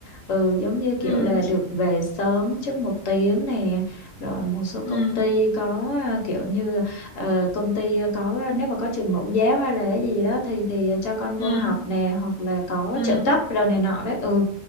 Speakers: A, on the left; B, on the left.
A: ừ, giống như kiểu
B: ừ
A: là được về sớm trước một tiếng nè rồi một số công
B: ừ
A: ty có à, kiểu như ờ, công ty ờ, có ờ, nếu mà có trường mẫu giáo hay là cái gì đó thì thì ờ, cho con
B: ừ
A: vô
B: ừ
A: học nè hoặc là có
B: ừ
A: trợ cấp rồi này nọ đấy ừ